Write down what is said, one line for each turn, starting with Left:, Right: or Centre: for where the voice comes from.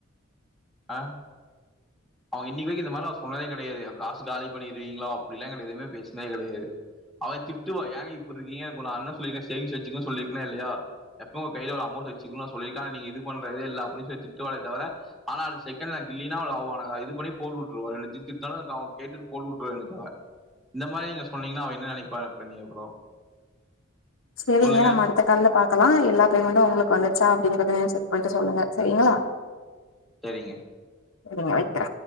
Centre: அ அவங்க இன்னை வரைக்கும் இந்த மாரி எல்லா அவ சொன்னதே கிடையாது காசு காலி பண்ணிருவீங்களா அப்டி எல்லா எதுவுமே பேசுனதே கிடையாது அவ திட்டுவா ஏங்க இப்டி இருக்கீங்க இப்ப நா என்ன சொல்லிருக்கேன் சேவிங்ஸ் வச்சிருக்கோ சொல்லிருக்கனா இல்லயா எப்போவும் கையில ஒரு அமௌன்ட் வச்சிருக்கணு நா சொல்லிருக்கன் ஆனா இது பண்ணுறதே இல்ல அப்டி சொல்லி திட்டுவாளே தவிர ஆனா அது செகண்ட்ல இல்லன்னா அவ இது பண்ணி போட்டு விட்டுருவா ரெண்டு திட்டு திட்டினாலும் அவ போட்டுவிட்டுருவா எனக்கு அவ இந்த மாரிங்க சொன்னீங்னா அவ என்ன நெனைப்பா <unintelligible> அப்றோ
Left: சேரிங்க
Centre: சொல்லுங்க
Left: நம்ம அடுத்த கால்ல பாக்கலா எல்லா பேமெண்ட்டும் உங்களுக்கு வந்துருச்சா அப்டிங்கிறத <unintelligible> செக் பண்ணிட்டு சொல்லுங்க செரிங்களா
Centre: செரிங்க
Left: செரிங்க வைக்கிற